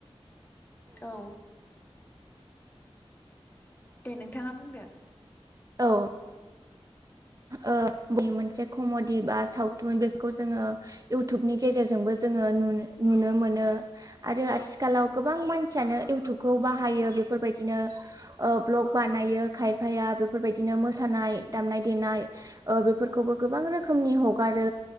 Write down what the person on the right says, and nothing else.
औ। ओ बे मोनसे खमडि बा सावथुन बेफोरखौ जोङो इउथुबनि गेजेरजोंबो जोङो नुन नुनो मोनो। आरो आथिखालाव गोबां मानसियानो
इउथुबखौ बाहायो बेफोरबायदिनो ओ ब्लग बानायो खायफाया बेफोरबायदिनो मोसानाय दामनाय देनाय ओ बिफोरखौबो गोबां रोखोमनि हगारो